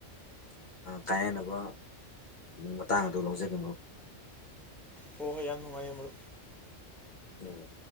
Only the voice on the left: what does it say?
ꯀꯥꯏꯅꯅꯕ ꯃꯇꯥꯡ ꯑꯗꯨ ꯂꯧꯖꯒꯦ ꯃꯔꯨꯞ
ꯎꯝ